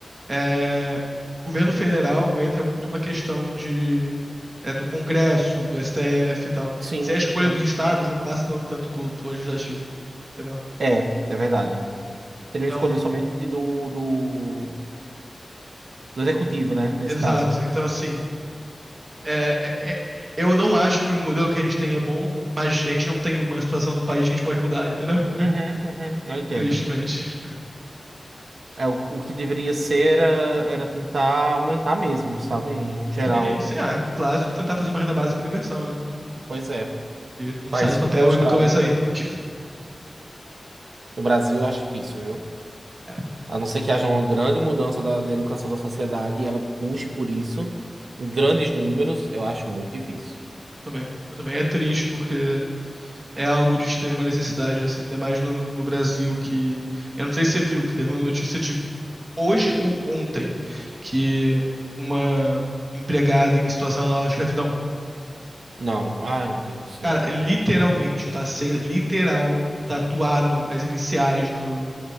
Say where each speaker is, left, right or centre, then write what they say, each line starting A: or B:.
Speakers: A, on the right; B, on the right.
A: é, governo federal entra muito uma questão de é, do Congresso, do STF e tal.
B: Sim,
A: Se é a escolha
B: sim.
A: dos estados, não passa tanto, tanto pelo, pelo legislativo, entendeu?
B: É, é verdade. Seria
A: Então,
B: uma escolha somente do, do, do executivo, né? Nesse
A: exato.
B: caso.
A: Então, assim, é, é, é- eu não acho que o modelo que a gente tem é bom, mas a gente não tem uma situação do país que a gente pode mudar, entendeu? <laughs>
B: Uhum, uhum, eu entendo.
A: Tristemente.
B: É, o, o que deveria ser era, era tentar aumentar mesmo, sabe? Em geral.
A: Sim, sei lá, clássico tentar fazer uma renda básica universal, né?
B: Pois é.
A: Que não
B: País
A: sai do papel
B: que mostrado
A: e nunca vai sair. <laughs>
B: no Brasil eu acho difícil, viu?
A: É,
B: A não ser que haja uma grande mudança da, da educação da sociedade e ela puxe por isso, em grandes números, eu acho muito difícil.
A: também. Eu também é triste porque é algo de extrema necessidade, assim, ainda mais no, no Brasil, que. Eu não sei se você viu, que teve uma notícia de hoje ou ontem, que uma empregada em situação análoga de escravidão,
B: Não, ai meu Deus, não.
A: cara, literalmente, tá sendo, literal, tatuado as iniciais do,